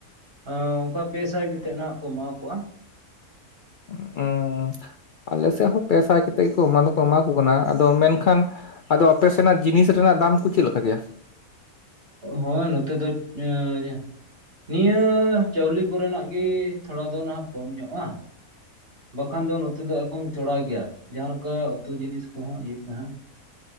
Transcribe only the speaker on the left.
ᱚᱸᱻ ᱟᱞᱮ ᱥᱮᱜ ᱦᱚᱸ ᱯᱮ ᱥᱟᱭ ᱠᱟᱛᱮᱜ ᱜᱤᱠᱩ ᱮᱢᱟ ᱫᱚᱠᱚ ᱮᱢᱟ ᱠᱩ ᱠᱟᱱᱟ ᱟᱫᱚ ᱢᱮᱱᱠᱷᱟᱱᱼᱼ ᱟᱫᱚ ᱟᱯᱮ ᱥᱮᱱᱟᱜ ᱡᱤᱱᱤᱥ ᱨᱮᱱᱟᱜ ᱫᱟᱢ ᱠᱚ ᱪᱤᱜ ᱞᱮᱠᱟ ᱜᱮᱭᱟ?